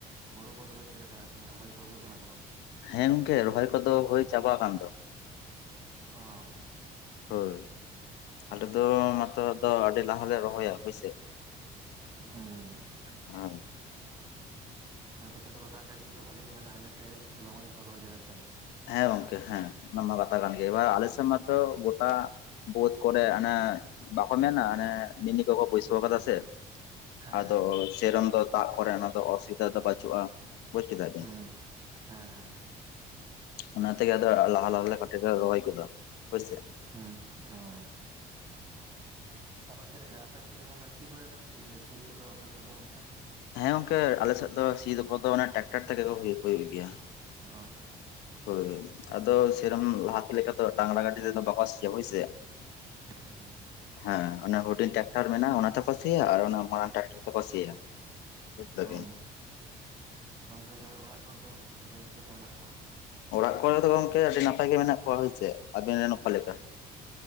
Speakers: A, on the right; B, on the left.
A: ᱦᱳᱲᱳ ᱠᱚ ᱛᱚᱵᱮ ᱪᱮᱫ ᱞᱮᱠᱟ ᱨᱚᱦᱚᱭ ᱠᱚ ᱦᱩᱭᱩᱜ ᱠᱟᱱᱟ ᱥᱮ ᱵᱟᱝ?
B: ᱦᱮᱸ ᱜᱚᱝᱠᱮ ᱨᱚᱦᱚᱭ ᱠᱚᱫᱚ ᱦᱳᱭ ᱪᱟᱵᱟ ᱠᱟᱱ ᱫᱚ,
A: <inaudible>
B: ᱦᱳᱭ ᱟᱞᱮ ᱫᱚ
A: ᱢᱟᱱᱮ
B: ᱱᱚᱛᱮ ᱫᱚ ᱟᱹᱰᱤ ᱞᱟᱦᱟᱞᱮ ᱨᱚᱦᱚᱭᱟ ᱦᱳᱭᱥᱮ᱾
A: <inaudible>
B: <unintelligible>
A: ᱟᱯᱮ ᱥᱮᱫ ᱛᱚ ᱫᱟᱜ ᱡᱟᱹᱲᱤ ᱠᱚᱫᱚ ᱵᱷᱟᱜᱮ ᱜᱮ ᱢᱮᱱᱟᱜ-ᱟ ᱤᱱᱟᱹᱛᱮ ᱞᱚᱜᱚᱱ ᱧᱚᱝᱚᱜ ᱯᱮ ᱨᱚᱦᱚᱭ ᱠᱮᱫᱟ ᱥᱮ?
B: ᱦᱮ ᱜᱚᱢᱠᱮ ᱦᱮ ᱚᱱᱟᱢᱟ ᱠᱟᱛᱷᱟ ᱠᱟᱱ ᱜᱮᱭᱟ, ᱮ-ᱵᱟᱨ ᱟᱞᱮ ᱥᱮᱫ ᱢᱟᱛᱚ ᱜᱚᱴᱟ᱾ ᱵᱳᱫ ᱠᱚᱨᱮ ᱚᱱᱮ ᱵᱟᱝ ᱠᱚ ᱢᱮᱱᱟ ᱦᱟᱱᱮ ᱢᱤᱱᱤ ᱠᱚ ᱠᱚ ᱵᱟᱹᱥᱟ. ᱟᱠᱟᱫᱟ ᱥᱮ,
A: ᱦᱮᱸ
B: ᱟᱫᱚ
A: ᱦᱮᱸ
B: ᱥᱮᱨᱚᱠᱚᱢ ᱫᱚ ᱫᱟᱜ ᱠᱚᱨᱮᱱᱟ ᱫᱚ ᱚᱥᱩᱵᱤᱫᱟ ᱫᱚ ᱯᱟᱪᱩᱜ-ᱟ ᱵᱩᱡ ᱠᱮᱫᱟ ᱵᱤᱱ᱾
A: ᱦᱩᱸ ᱦᱮᱸ ᱦᱮᱸ
B: ᱚᱱᱟ ᱛᱮᱜᱮ ᱟᱫᱚ ᱞᱟᱦᱟ ᱞᱟᱦᱟ ᱠᱟᱴᱤᱪ ᱞᱮ ᱨᱚᱦᱚᱭ ᱜᱚᱫᱟ ᱦᱳᱭ ᱥᱮ᱾
A: ᱦᱮᱸ ᱚᱻ ᱛᱟᱨ ᱯᱚᱨᱮ ᱪᱮᱫ ᱞᱮᱠᱟ ᱟᱯᱮ ᱛᱮᱜᱮ ᱥᱤ ᱵᱟᱲᱟ ᱫᱚ ᱪᱮᱫ ᱛᱮ ᱥᱤ ᱠᱚᱫᱚ ᱟᱯᱮ ᱥᱮᱫ ᱫᱚ ᱚᱱᱛᱮ?
B: ᱦᱮ ᱜᱚᱢᱠᱮ ᱟᱞᱮ ᱥᱮᱫ ᱫᱚ ᱥᱤ ᱠᱚᱫᱚ ᱦᱮ ᱴᱟᱠᱴᱟᱨ ᱛᱮᱜᱮ ᱦᱩᱭᱩᱜ ᱜᱮᱭᱟ᱾
A: ᱚᱻ
B: ᱦᱳᱭ ᱟᱫᱚ ᱥᱮ ᱨᱚᱠᱚᱢ ᱞᱟᱦᱟᱛᱮ ᱞᱮᱠᱟ ᱰᱟᱝᱨᱟ ᱜᱟᱹᱰᱤ ᱛᱮᱫᱚ ᱵᱟᱠᱚ ᱥᱤ ᱭᱟ ᱦᱳᱭ ᱥᱮ᱾
A: ᱦᱩᱸ
B: ᱦᱮ ᱚᱱᱟ ᱦᱩᱰᱤᱧ ᱴᱟᱠᱴᱟᱨ ᱢᱮᱱᱟᱜ-ᱟ ᱚᱱᱟ ᱛᱮᱠᱚ ᱥᱤ ᱭᱟ ᱟᱨ ᱚᱱᱟ ᱢᱟᱨᱟᱝ ᱴᱟᱠᱴᱟᱨ ᱛᱮᱠᱚ ᱥᱤ ᱭᱟ᱾ ᱵᱩᱡ ᱫᱟᱵᱤᱱ,
A: ᱚ <unintelligible> ᱚᱲᱟᱜ ᱠᱚᱨᱮ ᱫᱚ ᱛᱚᱵᱮ ᱪᱮᱫ ᱞᱮᱠᱟ ᱢᱮᱱᱟᱜ ᱠᱚᱣᱟ?
B: ᱚᱲᱟᱜ ᱠᱚᱨᱮ ᱫᱚ ᱜᱚᱢᱠᱮ ᱟᱹᱰᱤ ᱱᱟᱯᱟᱭ ᱜᱮ ᱢᱮᱱᱟᱜ ᱠᱚᱣᱟ ᱦᱳᱭ ᱪᱮ, ᱟᱵᱤᱱ ᱨᱮᱱ ᱚᱠᱟ ᱞᱮᱠᱟ